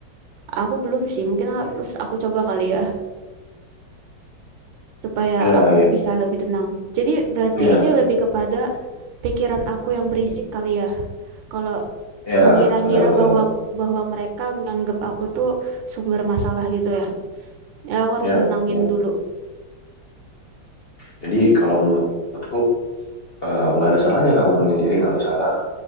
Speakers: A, on the right; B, on the left.
A: Aku belum sih, mungkin harus aku coba kali ya, supaya
B: Ya,
A: aku
B: ya,
A: bisa lebih tenang. Jadi berarti
B: ya,
A: ini lebih kepada pikiran aku yang berisik kali ya. Kalau
B: ya,
A: mengira-ngira
B: benar, benar,
A: bahwa
B: benar.
A: bahwa mereka nganggap aku tuh sumber masalah gitu ya. Ya aku harus
B: Ya,
A: nenangin
B: ya.
A: dulu.
B: Jadi kalau menurut, menurutku eh, nggak ada salahnya kamu menyendiri, nggak masalah.